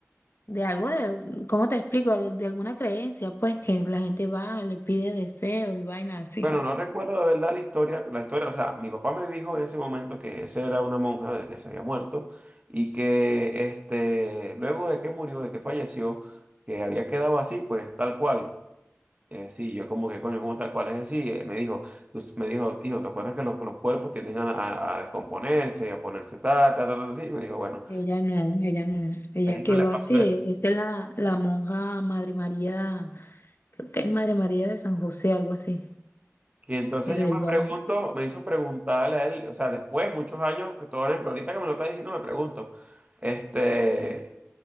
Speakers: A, on the left; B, on the right.
A: de algo de, ¿cómo te explico? De alguna creencia, pues, que la gente va, le pide deseos y vainas así.
B: Bueno, no recuerdo de verdad la historia, la historia, o sea, mi papá me dijo en ese momento que esa era una monja de- que se había muerto y que, este, luego de que murió, de que falleció, que había quedado así, pues, tal cual. Eh, sí, yo como que coño, como tal cual es decir, eh, me dijo, tú- me dijo, hijo, ¿te acuerdas que los, los cuerpos tienden a, a- a descomponerse, a ponerse tal, tal, tal, tal, así? Me dijo, bueno,
A: Ella no, ella no, ella
B: a él
A: quedó
B: no le pasó
A: así.
B: eso.
A: Esa es la, la monja Madre María, creo que es Madre María de San José, algo así.
B: Y entonces
A: Pero
B: yo
A: ella,
B: me pregunto, me hizo preguntarle a él, o sea, después, muchos años, que todo por ejemplo, ahorita que me lo está diciendo, me pregunto, este,